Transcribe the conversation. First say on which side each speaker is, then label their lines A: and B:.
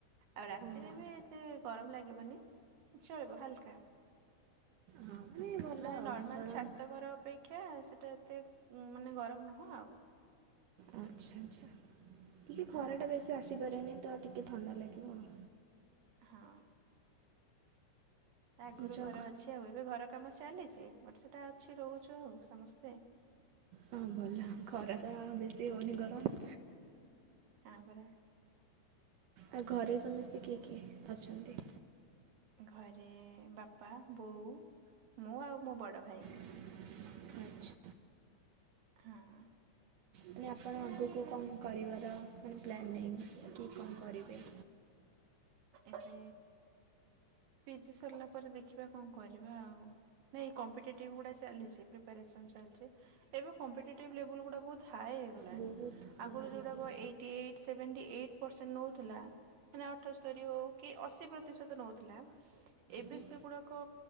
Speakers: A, on the right; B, on the right.
A: ଆଉ ରାତିରେ
B: ଓହୋ ହଁ
A: ବି ଏତେ ଗରମ ଲାଗିବନି ଚଳିବ ହାଲକା।
B: ମାନେ ଭଲ
A: ମାନେ
B: ଆଉ
A: ନର୍ମାଲ
B: ଗରମ
A: ଛାତଘର ଅପେକ୍ଷା ସେଟା ଏତେ ମାନେ ଗରମ ନୁହଁ ଆଉ।
B: ଆଚ୍ଛା ଆଚ୍ଛା ଟିକିଏ ଖରାଟା
A: ହଁ
B: ବେଶୀ ଆସିପାରେନି ତ ଟିକେ ଥଣ୍ଡା ଲାଗିବ ଆଉ।
A: ହଁ। ଆଗରୁ
B: ଆଚ୍ଛା
A: ଘରେ
B: ଆଉ
A: ଅଛି ଆଉ ଏବେ ଘର କାମ ଚାଲିଛି ବଟ ସେଟା ଅଛି ରହୁଛୁ ଆଉ ସମସ୍ତେ।
B: ହଁ ଭଲ ଖରା ତ ବେଶୀ ହଉନି
A: ହୁଁ
B: ଗରମ
A: ହଁ ପରା।
B: ଆଉ ଘରେ ସମସ୍ତେ କିଏ କିଏ ଅଛନ୍ତି?
A: ଘରେ ବାପା ବୋଉ ମୁଁ ଆଉ ମୋ ବଡ ଭାଇ।
B: <inaudible> ଆଚ୍ଛା।
A: ହଁ।
B: ମାନେ ଆପଣ ଆଗକୁ କଣ କରିବାର ମାନେ ପ୍ଲାନ୍ ନାହିଁ କି କଣ କରିବେ?
A: ଏବେ ପିଜି ସରିଲା ପରେ ଦେଖିବା କଣ କରିବା ଆଉ। ନାଇଁ କମ୍ପିେଟେଟିଭ ଗୁଡା ଚାଲିଛି ପ୍ରିପାରେସନ ଚାଲିଛି। ଏବେ କମ୍ପଟେଟିଭ ଲେବୁଲ୍ ଗୁଡା ବହୁତ ହାଇ ହେଇଗଲାଣି
B: ବହୁତ ହଁ
A: ଆଗରୁ
B: ହେଇଗଲା
A: ଯୋଉଟାକ ଏ eighty eight seventy eight percent ନଉଥିଲା ମାନେ ଆଉଟ୍ ତୋରି ହଉକି ଅଶୀ ପ୍ରତିଶତ ନଉଥିଲା। ଏବେ
B: ହୁଁ
A: ସେଗୁଡାକ